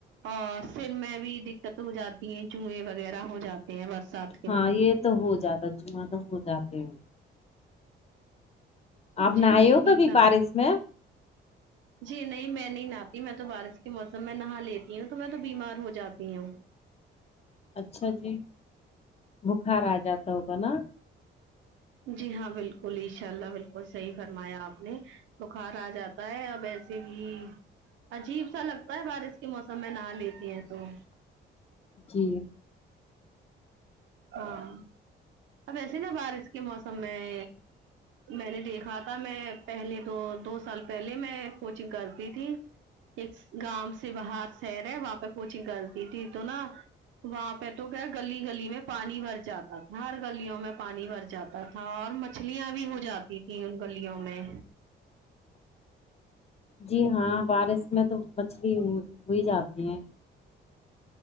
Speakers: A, on the right (about 70°); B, on the left (about 30°).
A: اور سر میں بھی دقت ہو جاتی ہے جوئیں وغیرہ ہو جاتے ہیں بس ساتھ
B: ہاں یہ تو ہو جاتا جواں تو ہو جاتے ہیں آپ
A: جی
B: نہاے
A: جی
B: ہو کبھی
A: سب
B: بارش میں
A: جی نہیں میں نہیں نہاتی میں تو بارش کے موسم میں نہا لیتی ہوں تو میں تو بیمار ہو جاتی ہوں
B: اچھا جی بکھار آ جاتا ہوگا نا
A: جی ہاں بالکل ان شاء اللہ بالکل صحیح فرمایا آپ نے بخار آ جاتا ہے اب ایسے ہی عجیب سا لگتا ہے بارش کے موسم میں نہا لیتی ہیں تو
B: جی
A: ہاں اب ایسے نا بارش کے موسم میں میں نے دیکھا تھا میں پہلے دو دو سال پہلے میں کوچنگ کرتی تھی ایک گاؤں سے باہر شہر ہے وہاں پہ کوچنگ کرتی تھی تو نا وہاں پہ تو کیا گلی گلی میں پانی بھر جاتا تھا ہر گلیوں میں پانی بھر جاتا تھا اور مچھلیاں بھی ہو جاتی تھیں ان گلیوں میں
B: جی ہاں بارش میں تو مچھلی ہوئی جاتی ہیں